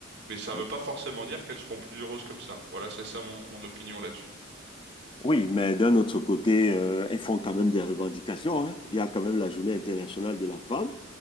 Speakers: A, on the right; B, on the left.
A: mais ça
B: ouais.
A: ne veut pas forcément dire qu'elles seront plus heureuses comme ça. Voilà, c'est ça mon, mon opinion là-dessus.
B: Oui, mais d'un autre côté, euh, elles font quand même des revendications, hein. Il y a quand même la Journée internationale de la femme.